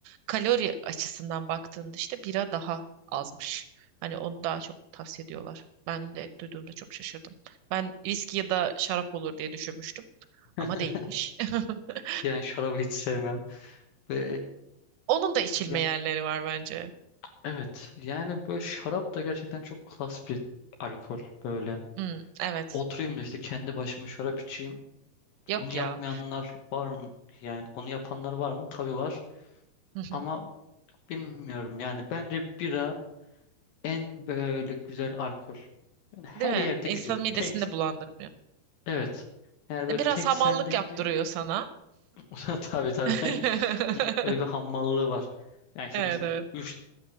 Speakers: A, on the right; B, on the left.
A: kalori açısından baktığında işte bira daha azmış. Hani onu daha çok tavsiye ediyorlar. Ben de duyduğumda çok şaşırdım. Ben viski ya da şarap olur diye düşünmüştüm
B: <laughs>
A: ama değilmiş. <laughs>
B: Yani şarabı hiç sevmem. Ve
A: Onun da içilme
B: ya
A: yerleri var bence.
B: evet yani böyle şarap da gerçekten çok klas bir alkol böyle.
A: Hmm, evet.
B: Oturayım da işte kendi başıma şarap içeyim.
A: Yok
B: Onu yapmayanlar
A: ya.
B: var mı? Yani onu yapanlar var mı? Tabii var.
A: <laughs>
B: Ama bilmiyorum yani bence bira en böyle güzel alkol. Yani her
A: Değil mi?
B: yerde
A: İnsanın
B: gidiyor.
A: midesini
B: Tek
A: de bulandırmıyor.
B: evet. Yani böyle
A: E, Biraz
B: tek
A: hamallık
B: sende gidiyor.
A: yaptırıyor sana.
B: <laughs> Tabii tabii.
A: <laughs>
B: <laughs> Böyle bir hammallığı var. Yani işte
A: Evet
B: mesela
A: evet.
B: üç